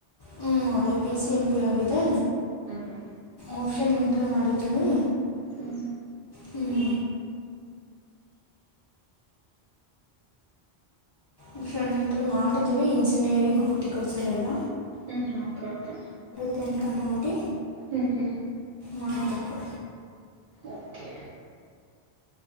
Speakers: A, on the left; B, on the right.
A: ಹ್ಮ್ ಅದೇ ಪಿ ಸಿ ಎಂ ಬಿ ಆಗಿದೆ
B: ಹ್ಞೂ
A: ಆಪ್ಷನ್ ಎಂಟ್ ಟ್ರಿ ಮಾಡಿದೀವಿ
B: ಹ್ಮ್
A: ಹ್ಮ್ ಆಪ್ಶನ್ ಎಂಟ್ರಿ ಮಾಡಿದೀವಿ ಇಂಜಿನಿಯರಿಂಗ್ ಹಾರ್ಟಿಕಲ್ಚರ್ ಎಲ್ಲ
B: ಹ್ಮ್ ಹ್ಮ್ ಓಕೆ ಓಕೆ
A: ತನಕ ನೋಡಿ
B: ಹ್ಞೂ ಹ್ಞೂ
A: ಮಾಡ್ಬೇಕು
B: ಓಕೆ